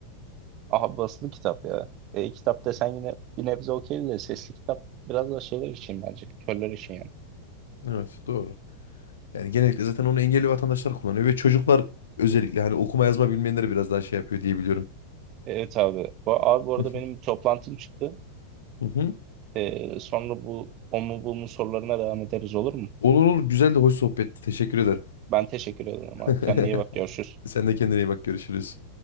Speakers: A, on the right; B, on the left.
A: Aha basılı kitap ya. E, kitap desen yine bir nebze okey de sesli kitap biraz da şeyler için bence körler için yani.
B: Evet, doğru. Yani genellikle zaten onu engelli vatandaşlar kullanıyor ve çocuklar özellikle hani okuma yazma bilmeyenleri biraz daha şey yapıyor diye biliyorum.
A: Evet abi. Bu, abi bu arada
B: <laughs>
A: benim bir toplantım çıktı.
B: Hı hı.
A: E, sonra bu o mu bu mu sorularına devam ederiz olur mu?
B: Olur olur. Güzel de hoş sohbetti. Teşekkür ederim.
A: Ben teşekkür ederim
B: <laughs>
A: abi. Kendine iyi bak. Görüşürüz.
B: Sen de kendine iyi bak. Görüşürüz.